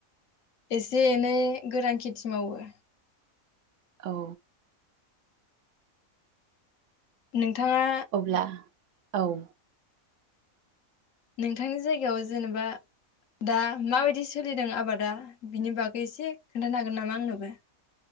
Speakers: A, on the left (about 65°); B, on the right (about 70°).
A: एसे एनै गोरान खेथि मावो
B: औ
A: नोंथाङा
B: अब्ला औ
A: नोंथांनि जायगायाव जेनेबा दा माबायदि सोलिदों आबादा बिनि बागै एसे खोन्थानो हागोन नामा आंनोबो